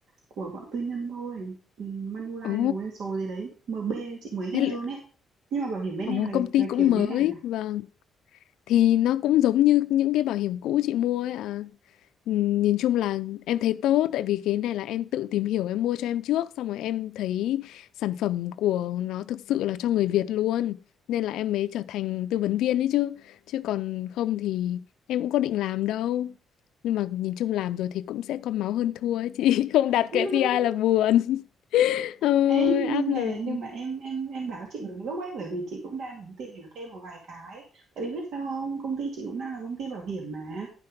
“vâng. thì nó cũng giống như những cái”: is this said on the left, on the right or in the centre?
Left